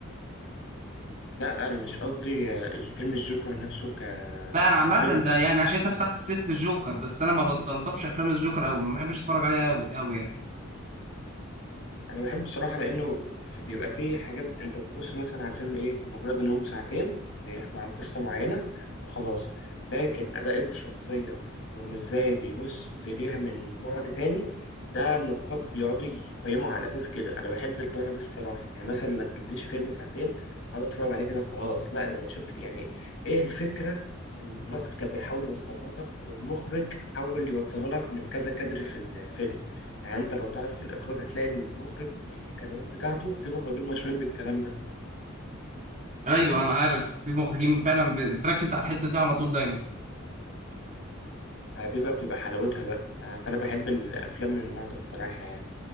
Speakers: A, on the left; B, on the right.
A: لا انا مش قصدي آه، فيلم الجوكر نفسه ك...
B: لا انا عامه
A: كفيلم
B: ده يعني عشان انت فتحت سيره الجوكر بس انا ما بستلطفش افلام الجوكر قوي ما بحبش اتفرج عليها قوي يعني
A: انا بحبه بصراحه لانه في- بيبقى فيه حاجات انت بتبص مثلا على الفيلم ايه مجرد انهم ساعتين بيحكوا عن قصه معينه وخلاص لكن اداء الشخصيه وانه ازاي بيبص ليها من بعد تاني ده النقاد بيقعدوا يقيموا على اساس كده انا بحب الطريقه دي الصراحه يعني مثلا ما تجيبليش فيلم ساعتين اقعد اتفرج عليه كده وخلاص لا ده انا اشوف يعني ايه الفكره الممثل كان بيحاول يوصلها لك والمخرج حاول يوصلها لك من كذا كادر في الفيلم يعني انت لو تعرف في الاخراج هتلاقي المخرج الكادرات بتاعته في مخرجين مشهورين بالكلام ده
B: ايوه انا عارف في مخرجين فعلا ب- بتركز على الحته دي على طول دايما
A: آه، دي بقى بتبقى حلاوتها بقى آه، فانا بحب الافلام من النوع ده الصراحه يعني